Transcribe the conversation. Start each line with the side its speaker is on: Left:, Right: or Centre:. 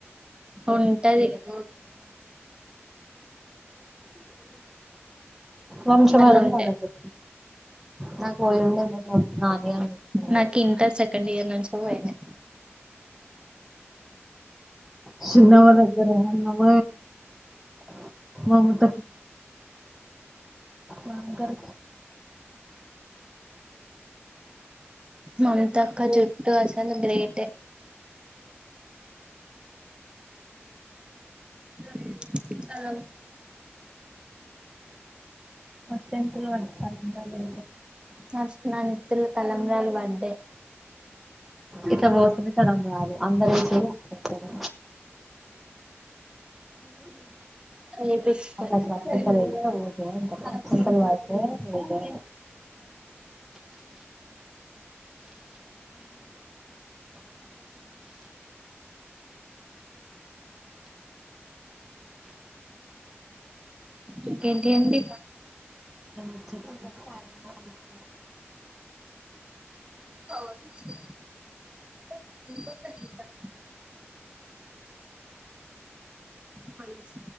Right: ఉంటది <inaudible>
Centre: వంశహారం
Right: అట్లా ఉంటాయి
Centre: మనకు నాకు పోయి ఉండే మొన్న నాని అని చెప్పింది
Right: నాకు ఇంకా సెకండ్ ఇయర్ నుంచి పోయింది
Centre: చిన్నవ్వ దగ్గర నమ <unintelligible> మమత మాంగరి
Right: మమతక్క జుట్టు అసలు గ్రేటే రే చాల
Centre: ఫస్ట్ టెన్త్లో వాడికి తలుతారు
Right: ఫస్ట్ నా నెత్తిన తలంబ్రాలు పడ్డాయ్
Centre: ఇట్లా
Right: ఎంత
Centre: పోతుంది
Right: కో
Centre: తరం రాదు అందరు
Right: అ
Centre: వేసి వస్తారు
Right: అ ఉ అ
Centre: అందరికి అక్షంతలు
Right: అంట ఎ
Centre: వేస్తే పోతే అంటారు అక్షంతలు
Right: అ
Centre: వాడితే పోతే
Right: ఇంకేంటి అండి
Centre: తిన్న
Right: కాలేజ్లో ఒక తిన్నా బస